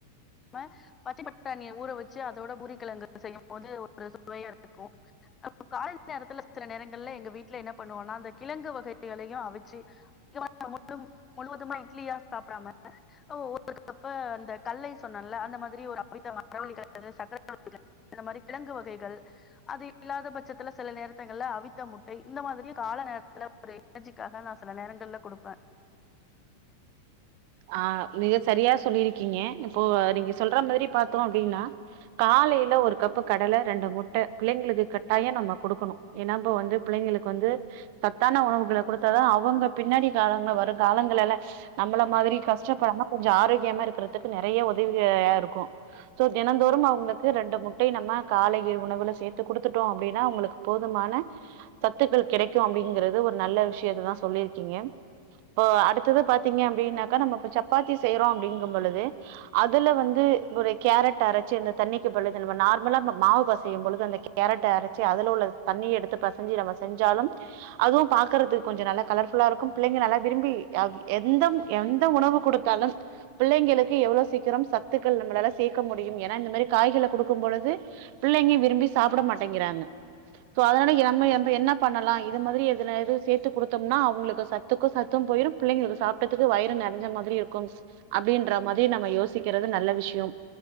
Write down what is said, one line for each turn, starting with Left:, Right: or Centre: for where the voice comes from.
Left: ம பச்சி பட்டாணிய ஊற வச்சு அதோட பூரி கெழங்கு செய்யு போது ஒரு சுவையா இருக்கு அப்ப காலை நேரத்துல சில நேரங்கள்ல எங்க வீட்ல என்ன பண்ணுவோனா அந்த கிழங்கு வகைகளையு அவுச்சு முழு முழுவதுமா இட்லியா சாப்டாம ஒரு கப்ப அந்த கல்லை சொன்னேல அந்த மாதிரி ஒரு அவித்த மரவள்ளி கெழங்கு சக்கரவள்ளி கெழங்கு அந்த மாரி கிழங்கு வகைகள் அது இல்லாத பட்சத்துல சில நேரத்தங்கள்ல அவித்த முட்டை இந்த மாரியு கால நேரத்துல ஒரு எனர்ஜிக்காக நா சில நேரங்கள்ல குடுப்பே
Right: ஆ மிக சரியா சொல்லியிருக்கீங்க இப்போ நீங்க சொல்ற மாரி பாத்தோ அப்டீனா காலைல ஒரு கப்பு கடல ரெண்டு முட்ட பிள்ளைங்களுக்கு கட்டாயோ நம்ம குடுக்கணு ஏன்னா இப்ப வந்து பிள்ளைங்களுக்கு வந்து சத்தான உணவுகள குடுத்தாதா அவுங்க பின்னாடி காலங்கள வரு காலங்களல நம்மள மாதிரி கஷ்டப்படாம கொஞ்சோ ஆரோக்கியமா இருக்கிறதுக்கு நெறய ஒதவியா இருக்கு சோ தினந்தோறும் அவுங்களுக்கு ரெண்டு முட்டை நம்ம காலை உணவுல சேத்து குடுத்துட்டோ அப்டின்னா அவுங்களுக் போதுமான சத்துக்கள் கிடைக்கு அப்டிங்கறது ஒரு நல்ல விஷயத்ததா சொல்லியிருக்கீங்க இப்போ அடுத்தத பாத்தீங்க அப்டின்னாக்கா நம்ம இப்ப சப்பாத்தி செய்றோ அப்டிங்க பொழுது அதுல வந்து ஒரு கேரட் அரச்சு அந்த தண்ணிக்கு பொழுது நம்ம நார்மலா அந்த மாவு பெசய்யு பொழுது அந்த கேரட்ட அரச்சு அதுல உள்ள தண்ணி எடுத்து பெசஞ்சு நம்ம செஞ்சாலு அதுவு பாக்குறதுக்கு கொஞ்சோ நல்லா கலர்ஃபுல்லா இருக்கு பிள்ளைங்க நல்லா விரும்பி அது எந்த எந்த உணவு குடுத்தாலும் பிள்ளைங்களுக்கு எவ்ளோ சீக்கிரம் சத்துக்கள் நம்மளால சேக்க முடியும் ஏன்னா இந்த மாரி காய்கள குடுக்கும் பொழுது பிள்ளைங்க விரும்பி சாப்ட மாட்டேங்கிறாங்க சோ அதனால எ நம்ம நம்ப என்ன பண்ணலா இது மாரி எதுலயாது சேத்து குடுத்தோம்னா அவுங்களுக்கு சத் துக்கு சத்து போயிரு பிள்ளைளுக்கு சாப்ட்ட துக்கு வயிறு நெறஞ்ச மாதிரி இருக்கும் அப்டின்ற மாரி நம்ம யோசிக்கிறது நல்ல விஷ்யோம்